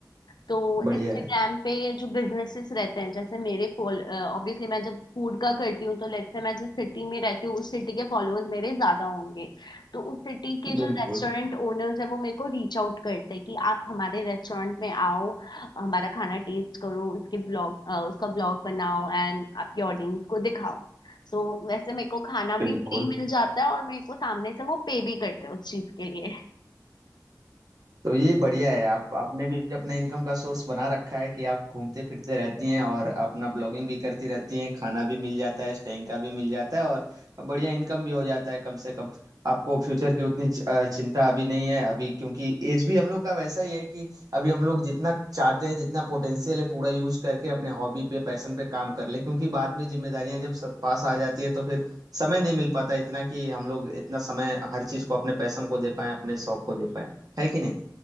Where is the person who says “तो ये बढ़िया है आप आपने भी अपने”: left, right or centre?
Right